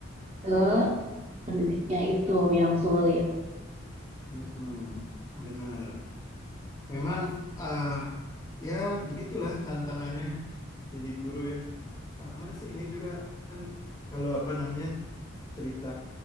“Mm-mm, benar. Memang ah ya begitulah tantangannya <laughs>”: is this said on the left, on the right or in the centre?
Left